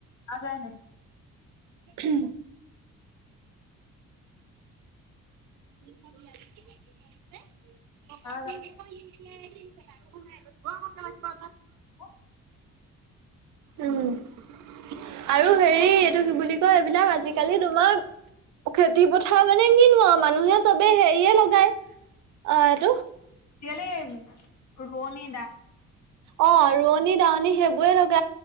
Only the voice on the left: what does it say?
নাযায় নে?
অ' বাই
ক
এতিয়াললে ৰণী দা